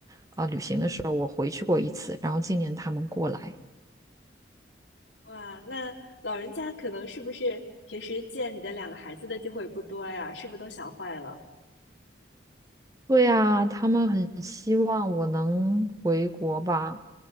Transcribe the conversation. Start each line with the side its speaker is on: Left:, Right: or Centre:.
Right: 啊、旅行的时候回去过一次，然后今年他们过来。
Left: 哇，那老人家可能是不是平时见你的两个孩子的机会不多呀？是不是都想坏了？
Right: 对呀，他们很希望我能回国吧，